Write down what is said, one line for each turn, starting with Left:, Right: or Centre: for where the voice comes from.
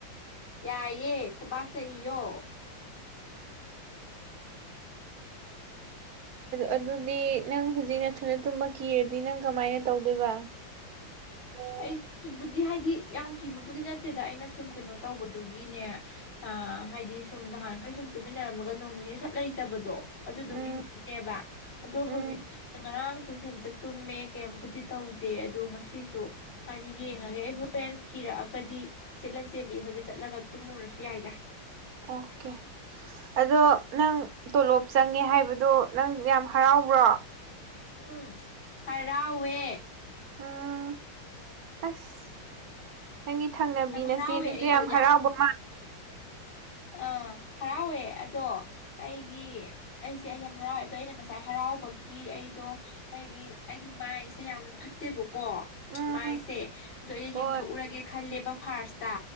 Left: ꯌꯥꯏꯌꯦ ꯈꯨꯕꯥꯛꯇ ꯏꯌꯣ
Right: ꯑꯗꯨꯗꯤ ꯅꯪ ꯍꯧꯖꯤꯛꯅ ꯊꯨꯅ ꯇꯨꯝꯕ ꯀꯤꯔꯗꯤ ꯅꯪ ꯀꯃꯥꯏꯅ ꯇꯧꯗꯣꯏꯕ ꯑꯣ
Left: ꯑꯩ ꯀꯤꯕꯨꯗꯤ ꯍꯥꯏꯗꯤ ꯌꯥꯝ ꯀꯤꯕꯕꯨꯗꯤ ꯅꯠꯇꯦꯗ ꯑꯩꯅ ꯁꯨꯝ ꯀꯩꯅꯣ ꯇꯧꯕꯗꯨꯒꯤꯅꯦ ꯑ ꯍꯥꯏꯗꯤ ꯁꯨꯝ ꯅꯍꯥꯟꯈꯩ ꯁꯨꯝ ꯇꯨꯃꯤꯟꯅꯔꯝꯃꯒ ꯅꯣꯡ ꯅꯤꯅꯤ ꯁꯠ ꯂꯩꯇꯕꯗꯣ ꯑꯗꯨꯗꯨꯒꯤꯅꯦꯕ
Right: ꯎꯝ
Left: ꯑꯗꯣ ꯍꯧꯖꯤꯛ
Right: ꯎꯝ
Left: ꯉꯔꯥꯡꯁꯨ ꯏꯊꯟꯇ ꯇꯨꯝꯃꯦ ꯀꯦꯝꯕꯨꯗꯤ ꯇꯧꯗꯦ ꯑꯗꯣ ꯉꯁꯤꯁꯨ ꯗꯨ ꯍꯥꯏꯗꯤ ꯌꯦꯡꯉꯒꯦ ꯑꯩ ꯍꯣꯔꯦꯟ ꯀꯤꯔꯛꯑꯒꯗꯤ ꯆꯦ ꯂꯟꯆꯦꯟꯕꯤ ꯍꯣꯏꯗ ꯆꯠꯂꯒ ꯇꯨꯝꯃꯨꯔꯁꯨ ꯌꯥꯏꯗ
Right: ꯑꯣꯀꯦ ꯑꯗꯣ ꯅꯪ ꯇꯣꯂꯣꯞ ꯆꯪꯉꯦ ꯍꯥꯏꯕꯗꯣ ꯅꯪ ꯌꯥꯝ ꯍꯔꯥꯎꯕ꯭ꯔꯣ
Left: ꯎꯝ ꯍꯔꯥꯎꯋꯦ
Right: ꯎꯝ ꯑꯁ ꯅꯪꯒꯤ ꯊꯪꯅꯕꯤ
Left: ꯌꯥꯝ
Right: ꯅꯆꯦ
Left: ꯍꯔꯥꯎꯋꯦ
Right: ꯗꯨꯁꯨ
Left: ꯑꯩꯗꯣ
Right: ꯌꯥꯝ ꯍꯔꯥꯎꯕ ꯃꯥꯂꯦ
Left: ꯑ ꯍꯔꯥꯎꯋꯦ ꯑꯗꯣ ꯑꯩꯒꯤ ꯑꯩꯁꯦ ꯑꯩ ꯌꯥꯝ ꯍꯔꯥꯎꯋꯦ ꯑꯗꯣ ꯑꯩꯅ ꯉꯁꯥꯏ ꯍꯔꯥꯎꯕꯒꯤ ꯑꯩꯗꯣ ꯑꯩꯒꯤ ꯑꯩꯒꯤ ꯃꯥꯏꯁꯦ ꯌꯥꯝꯅ ꯐꯠꯇꯦꯕꯀꯣ
Right: ꯎꯝ
Left: ꯃꯥꯏꯁꯦ ꯑꯗꯣ ꯑꯩꯅ
Right: ꯍꯣꯏ
Left: ꯌꯦꯡꯊꯣꯛꯎꯔꯒꯦ ꯈꯜꯂꯦꯕ ꯐꯥ꯭ꯔꯁꯇ